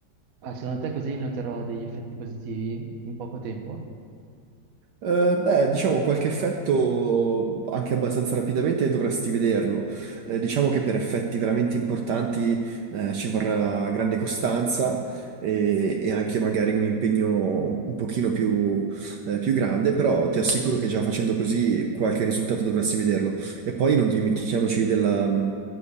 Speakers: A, on the right; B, on the right.
A: Ah, secondo te così noterò degli effetti positivi in poco tempo?
B: Eh, beh, diciamo qualche effetto anche abbastanza rapidamente dovresti vederlo. Eh, diciamo che per effetti veramente importanti eh, ci vorrà grande costanza e, e anche magari un impegno un pochino più, eh, più grande, però ti assicuro che già facendo così qualche risultato dovresti vederlo. E poi non dimentichiamoci della, mh,